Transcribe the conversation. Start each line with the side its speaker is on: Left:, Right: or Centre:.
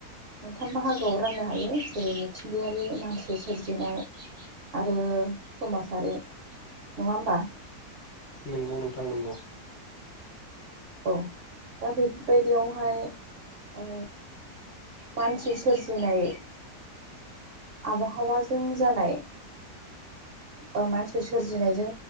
Right: मोनथाम बाहागोआव राननो हायो जेरै मिथिंगायारि मानसि सोरजिनाय आरो समाजारि नङा होमबा?
Left: नोंगौ नोंथां नोंगौ।
Right: औ दा बेबायदियावहाय ओ मानसि सोरजिनाय आबहावाजों जानाय ओ मानसि सोरजिनायजों